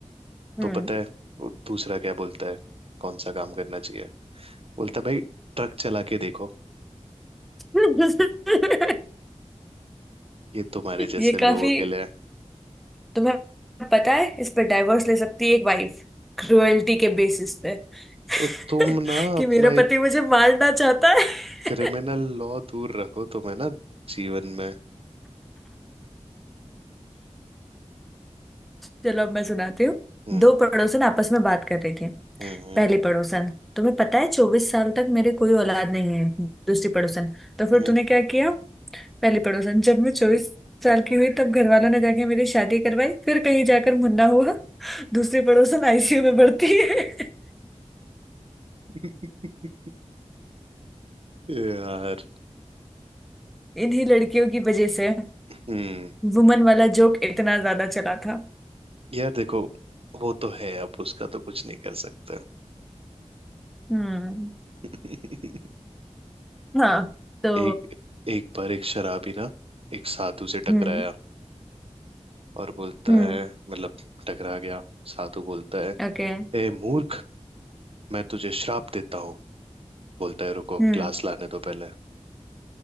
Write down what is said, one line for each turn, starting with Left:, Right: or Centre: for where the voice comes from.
Centre: हम्म
Right: तो पता है वो दूसरा क्या बोलता है कौन सा काम करना चाहिए बोलता है, भाई ट्रक चला के देखो
Centre: <laughs>
Right: ये तुम्हारे जैसे
Centre: ये
Right: लोगों
Centre: काफी
Right: के लिए है।
Centre: तुम्हें पता है इस पर डाइवोर्स ले सकती है एक वाइफ क्रुएल्टी के बेसिस पे <laughs>
Right: तो तुम ना
Centre: कि
Right: अपना
Centre: मेरा पति
Right: एक
Centre: मुझे मारना चाहता है
Right: क्रिमिनल
Centre: <laughs>
Right: लॉ दूर रखो तुम्हें ना जीवन में
Centre: चलो अब मैं सुनाती हूँ
Right: हम्म
Centre: दो पड़ोसन आपस में बात कर रही थी
Right: हम्म
Centre: पहली पड़ोसन तुम्हें पता है चौबीस साल तक मेरे कोई औलाद नहीं है दूसरी पड़ोसन तो फिर
Right: हम्म,
Centre: तूने क्या किया पहली पड़ोसन जब मैं चौबीस साल की हुई तब घर वालों ने जाके मेरी शादी करवाई फिर कहीं जाकर मुन्ना हुआ दूसरी पड़ोसन आईसीयू <laughs> में भर्ती है <laughs>
Right: हम्म। <laughs> यार
Centre: इन्हीं लड़कियों की वजह से
Right: हम्म
Centre: वुमन वाला जोक इतना ज्यादा चला था
Right: यार देखो वो तो है अब उसका तो कुछ नहीं कर सकता
Centre: हम्म
Right: <laughs>
Centre: हाँ तो
Right: एक एक बार एक शराबी ना एक साधु से टकराया
Centre: हम्म
Right: और बोलता
Centre: हम्म
Right: है मतलब टकरा गया साधु बोलता है
Centre: ओके
Right: ए मूर्ख मैं तुझे श्राप देता हूँ बोलता है रुको
Centre: हम्म
Right: ग्लास लाने दो पहले